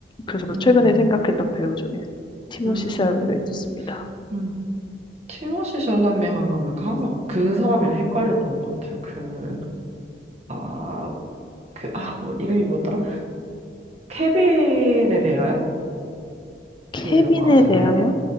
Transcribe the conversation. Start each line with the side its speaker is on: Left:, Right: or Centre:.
Left: 그래서
Right: 음,
Left: 최근에 생각했던 배우 중에 티모시
Right: 음.
Left: 샬메가 있었습니다.
Right: 음. 티모시 샬라메 하면은 그 항상 그 사람이랑 헷갈렸던 것 같아요. 그, 아, 그, 아, 뭐, 이름이 뭐였더라? 케빈에 대하여? 그
Left: 케빈에
Right: 영화 아시나요?
Left: 대하여?